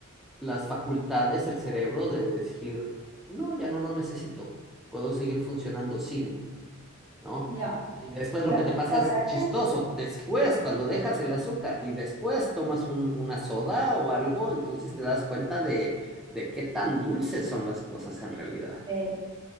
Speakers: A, in the centre; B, on the right.
A: las facultades, el cerebro de decir, no, ya no lo necesito, puedo seguir funcionando sin. ¿no?
B: Ya.
A: Y después lo
B: La,
A: que te pasa
B: la
A: es
B: verdad
A: chistoso.
B: que
A: Después, cuando dejas el azúcar y después tomas un- una soda o algo, entonces te das cuenta de, de qué tan dulces son las cosas en realidad.
B: eh,